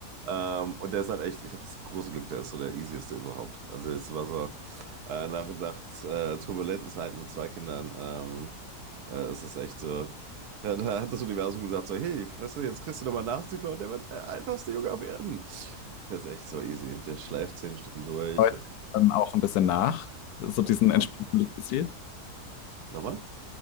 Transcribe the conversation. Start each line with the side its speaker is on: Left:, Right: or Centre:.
Right: Ähm, und der ist halt echt, ich habe das große Glück, der ist so der easieste überhaupt. Also es war so, äh, nach, nach äh, turbulenten Zeiten mit zwei Kindern, ähm, äh, es ist echt so, ja, da hat das Universum gesagt so, hey, weißt du, jetzt kriegst du nochmal Nachzügler und der wird der einfachste Junge auf Erden. Der ist echt so easy. Der schläft zehn Stunden durch.
Left: Heute dann auch ein bisschen nach, so diesen
Right: Was? Nochmal?
Left: entspannten Lebensstil.
Right: Nochmal?